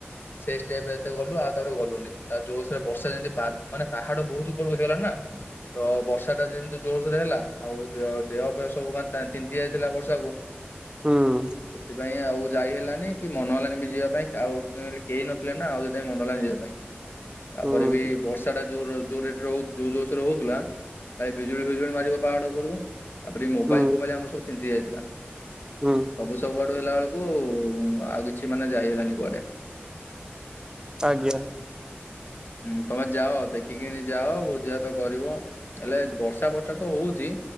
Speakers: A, on the left; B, on the right.
A: ସେ ଷ୍ଟେପେ ଏତେ ଗଲୁ ଆଉ ତାପରେ ଗଲୁନି ତାପରେ ଯୋଉସୋରେ ବର୍ଷା ଯେମିତି ମାନେ ପାହାଡ଼ ବହୁତ୍ ଉପରକୁ ହେଇଗଲାଣିନା। ତ ବର୍ଷାଟା ଯେମିତି ଜୋରସୋରେ ହେଲା ଆଉ ଦେହ ଫେହ ସବୁ ମାନେ ତିିନ୍ତି ଯାଇଥିଲା ବର୍ଷାକୁ
B: ହୁଁ।
A: ସେଥିପାଇଁ ଆଉ ଯାଇ ହେଲାନି କି ମନ ହେଲାନିବି ଯିବା ପାଇଁ କା ଆଉ କେ କେଇ ନଥିଲେନା ଆଉ ସେଥିପାଇଁ ମନ ହେଲାନି ଯିବା ପାଇଁ। ତାପରେବି
B: ହୁଁ
A: ବର୍ଷାଟା ଯୋଉ ଯୋଉ ରେଟରେ ଯୋଉ ଜୋରସୋରେ ହଉଥିଲା ଭାଇ ବିଜୁଳି ଫିଜୁଳି ମାରିବ ପାହାଡ଼ ଉପର ତାପରେ ମୋବାଇଲ୍
B: ହୁଁ
A: ଫୋବାଇଲ୍ ଆମର ସବୁ ତିନ୍ତି ଯାଇଥିଲା।
B: ହୁଁ।
A: ସବୁ ସବୁଆଡୁ ହେଲା ବେଳକୁ ଆଉ କିଛି ମାନେ ଯାଇ ହେଲାନି କୁଆଡ଼େ।
B: ଆଜ୍ଞା।
A: ହୁଁ ତମେ ଯାଅ, ଦେଖିକିନି ଯାଅ, ଭୋଜିଭାତ କରିବ ତାହେଲେ ବର୍ଷା ଫର୍ଷାତ ହଉଚି